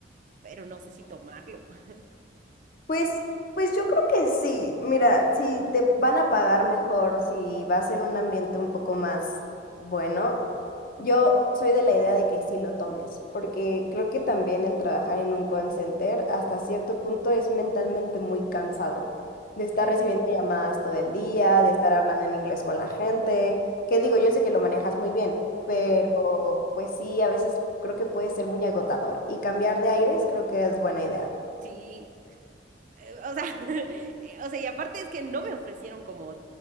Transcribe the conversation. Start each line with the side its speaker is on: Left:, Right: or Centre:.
Right: pero no sé si tomarlo. <laughs>
Left: Pues, pues yo creo que sí. Mira, si te van a pagar mejor, si vas en un ambiente un poco más bueno, yo soy de la idea de que sí lo tomes, porque creo que también el trabajar en un call center hasta cierto punto es mentalmente muy cansado, de estar
Right: Ujú,
Left: recibiendo llamadas todo el día, de estar hablando en inglés con la gente, que digo, yo sé que lo manejas muy bien, pero
Right: ujú.
Left: pues sí, a veces creo que puede ser muy agotador y cambiar de aires creo que es buena idea.
Right: Sí. eh, o sea, <laughs> o sea, y aparte es que no me ofrecieron como